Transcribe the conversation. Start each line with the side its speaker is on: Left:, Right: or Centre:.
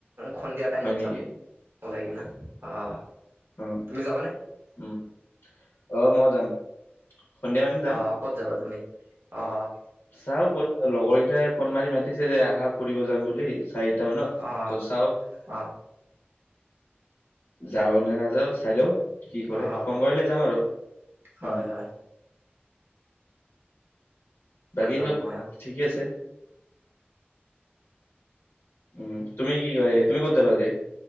Right: সন্ধিয়া টাইমত
Left: হয় নেকি
Right: যাম ওলাই কিনা অ'
Left: অ
Right: তুমি যাবানে?
Left: উম অ', মই যাম সন্ধিয়া মানে যাম।
Right: আহ ক'ত যাবা তুমি অ' অ'।
Left: চাওঁ ক'ত লগৰকেইটাই ফোন মাৰি মাতিছে যে আহা ফুৰিব যাম বুলি চাৰি চাৰিটা মানত
Right: অ
Left: ত' চাওঁ।
Right: অ
Left: যাওঁ নে নাযাওঁ চাই লওঁ কি কৰে
Right: অ
Left: ফোন কৰিলে যাম আৰু।
Right: হয়,
Left: উম
Right: হয়।
Left: বাকি
Right: তাৰ যাম
Left: চব
Right: মই অ
Left: ঠিকেই আছে উম তুমি কি কই তুমি ক'ত যাবা আজি